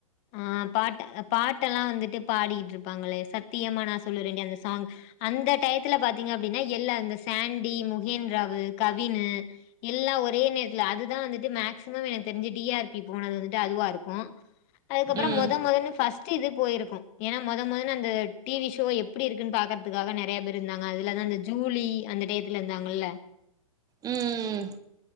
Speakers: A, on the left; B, on the right.
A: ஆஹ் பாட்ட பாட்டெல்லா வந்துட்டு பாடிக்கிட்டு இருப்பாங்களே சத்தியமா நா சொல்லுறேன்டி அந்த சாங் அந்த டயத்துல பாத்தீங்க அப்டினா எல்லா இந்த சாண்டி முகின்ராவு கவினு எல்லா ஒரே நேரத்துல அதுதா வந்துட்டு மேக்சிமம் எனக்கு தெரிஞ்சு டி ஆர் பி போனது வந்துட்டு அதுவா இருக்கு அதுக்கப்பற
B: ம்
A: மெதமொதன்னு ஃபஸ்ட் ட்டு இது போயிருக்கு ஏனா மொத மொதல்ல அந்த டி வி ஷோ எப்டி இருக்குன் பாக்கற்த்துக்காக நெறையா பேர் இருந்தாங்க அதுலதா அந்த ஜூலி அந்த டயத்துல இருந்தாங்கல்ல
B: உம் உம் உம்